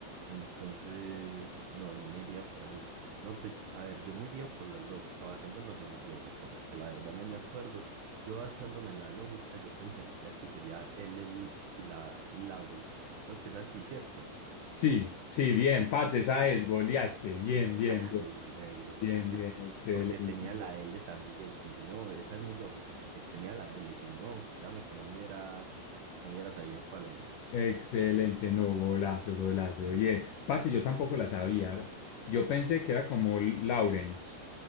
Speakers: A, on the right; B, on the left.
A: Entonces, no, no me iría por ahí. No, pues, a ver, yo me iría por la lógica, basándonos en la lógica, porque la verdad no me acuerdo. Yo basándome en la lógica, yo pensaría que sería el, el- la, la Will. Creo que es así, ¿cierto?
B: Sí, sí, bien, parce, esa es, goleaste. Bien, bien,
A: Ay,
B: bien,
A: negro, porque
B: bien,
A: es que,
B: bien, excelente.
A: porque tenía la L también, si no, esa es mi lógica, porque tenía la L, si no, créame que no me hubiera, no hubiera sabido cuál era.
B: Excelente, no, golazo, golazo. Bien, parce, yo tampoco la sabía. Yo pensé que era como Lawrence,